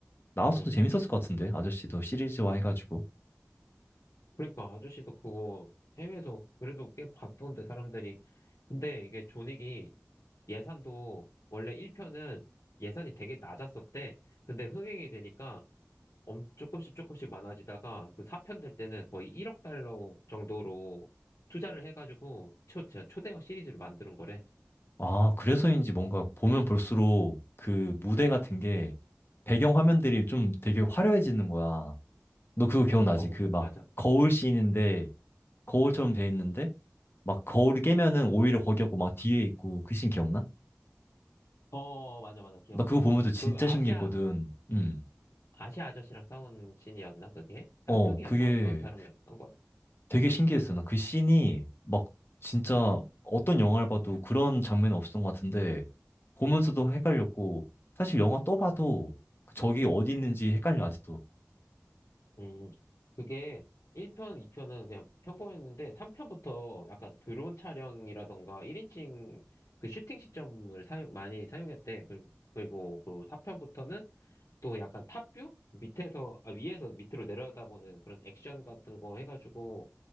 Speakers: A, on the left; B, on the left.
A: 나왔어도
B: 음.
A: 재밌었을 것 같은데, 아저씨도 시리즈화 해가지고.
B: 그러니까 아저씨도 그거 해외에서 그래도 꽤 봤던데, 사람들이. 근데 이게 존윅이 예산도 원래 1편은 예산이 되게 낮았었대. 근데 흥행이 되니까 엄 조금씩 조금씩 많아지다가 그 4편 될 때는 거의 1억 달러 정도로 투자를 해가지고 초, 저 초대형 시리즈를 만드는 거래.
A: 아, 그래서인지 뭔가 보면 볼수록 그 무대 같은 게 배경 화면들이 좀 되게 화려해지는 거야. 너 그거 기억나지?
B: 어,
A: 그 막
B: 맞아.
A: 거울 씬인데 거울처럼 돼 있는데 막 거울을 깨면은 오히려 거기 없고 막 뒤에 있고 그씬 기억나?
B: 어, 맞아, 맞아. 기억나,
A: 나 그거
B: 기억나.
A: 보면서 진짜
B: 그 아시아,
A: 신기했거든. 음.
B: 아시아 아저씨랑 싸운 신이었나, 그게?
A: 어,
B: 쌍둥이였나,
A: 그게
B: 어떤 사람이랑 싸운 것 같아.
A: 되게 신기했어. 나 그 씬이 막 진짜 어떤 영화를 봐도 그런 장면이 없었던 것 같은데 보면서도 헷갈렸고 사실 영화 또 봐도
B: 음,
A: 그기 어디 있는지 헷갈려 아직도.
B: 음, 그게 1편, 2편은 그냥 평범했는데 3편부터 약간 드론 촬영이라던가 1인칭 그 슈팅 시점을 사용, 많이 사용했대. 그리고 그리고 그 4편부터는 또 약간 탑뷰? 밑에서, 아, 위에서 밑으로 내려다보는 그런 액션 같은 거 해가지고